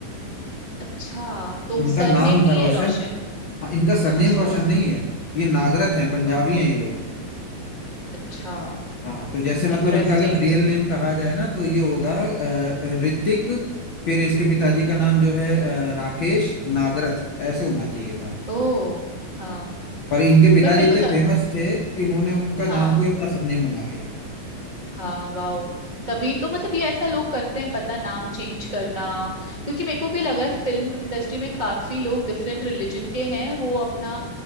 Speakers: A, on the right; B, on the left.
A: अच्छा तो
B: उनका
A: सरनेम
B: नाम
A: नहीं
B: था रोशन
A: है रोशन
B: हाँ, इनका सरनेम
A: अच्छा
B: रोशन नहीं है ये नागरथ हैं पंजाबी
A: ओके
B: हैं ये लोग
A: अच्छा
B: हाँ तो जैसे मतलब
A: इंटरेस्टिंग
B: इनका अगर रियल नेम कहा जाए ना तो ये होगा अ, ऋतिक फिर इसके पिताजी का नाम जो है अ, राकेश नागरथ ऐसे होना चाहिए था
A: ओ हाँ
B: पर इनके पिताजी
A: बट मेरे
B: इतने
A: को त,
B: फेमस थे कि उन्होंने उनका
A: हाँ
B: नाम को ही अपना सरनेम बना लिया
A: हाँ वाओ तभी तो मतलब ये ऐसा लोग करते हैं पता नाम चेंज करना क्योंकि मेरे को भी लगा है फिल्म इंडस्ट्री में काफी लोग डिफरेंट रिलीजन के हैं वो अपना